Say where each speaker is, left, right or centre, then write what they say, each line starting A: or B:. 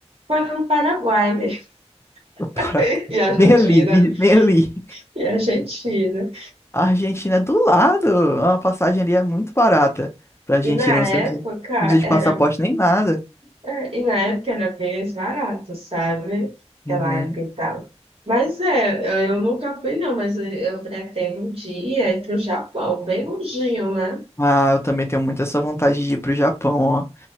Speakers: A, on the right; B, on the left.
A: Foi para o Paraguai mesmo.
B: <laughs>
A: <laughs>
B: Para...
A: E Argentina,
B: Bem ali, vi- bem ali.
A: e Argentina.
B: A Argentina é do lado. uma passagem ali é muito barata pra Argentina.
A: E na
B: Você não precisa
A: época
B: não precisa de passaporte
A: era
B: nem nada.
A: É, e na época era bem mais barato, sabe? Aquela
B: Uhum.
A: época e tal. Mas é, eu eu nunca fui, não, mas eu eu pretendo um dia ir para o Japão, bem longinho, né?
B: Ah, eu também tenho muito essa vontade de ir pro Japão, ó.